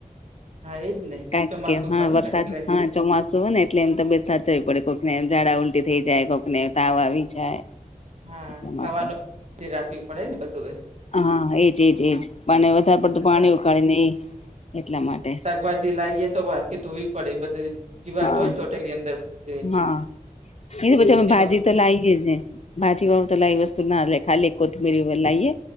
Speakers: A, on the right; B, on the left.
A: હા એજ ને
B: ક
A: ચોમાસું
B: કે હા
A: ખરું
B: વરસાદ
A: ને એટલે
B: હા ચોમાસું હોય ને એટલે એમ તબિયત સાચવવી પડે કોઈકનેમ ઝાડા ઉલટી થઈ જાય કોઈકને તાવ આવી જાય.
A: હા
B: એટલા માટે
A: ખાવાનું રાખવી પડે ને બધું એ.
B: હા એજ એજ એજ પાને વધારે પડતું
A: અને
B: પાણી
A: શા
B: ઉકાળીને એટલા માટે.
A: ભાજી લાવીએ તો વાર કે ધોવી પડે એ બધું જીવાત
B: હા
A: હોય ને ચોટેલી અંદર. બધું એ.
B: હા એ પછી
A: અન
B: અમે
A: તેમાં
B: ભાજી
A: કુ
B: તો લાવીએેજ ભાજી વાળું તો લાઈ વસ્તુ ના ખાલી કોથબીરી વ લઈએ